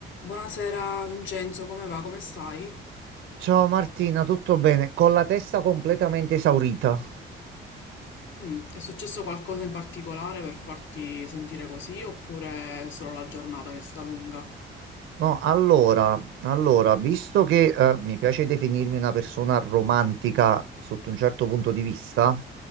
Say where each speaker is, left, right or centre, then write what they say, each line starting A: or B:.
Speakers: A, on the left (about 70°); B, on the right (about 80°).
A: Buonasera Vincenzo, come va? Come stai?
B: Ciao Martina, tutto bene? Con la testa completamente esaurita.
A: Mm, è successo qualcosa in particolare per farti sentire così oppure è solo la giornata che è stata lunga?
B: No, allora, allora, visto che eh, mi piace definirmi una persona romantica sotto un certo punto di vista,